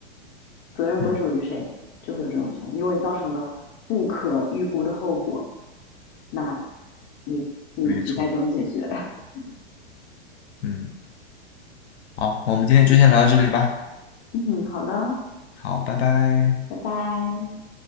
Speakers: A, on the left (about 30°); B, on the left (about 75°).
A: 责任归属于谁，
B: 嗯，
A: 就会有这种情况。如果你造成了不可预估的后果，那你你你该怎么解决？
B: 没错。
A: <laughs>
B: 嗯。好，我们今天就先聊到这里吧。
A: 嗯，好的，
B: 好，拜拜。
A: 拜拜。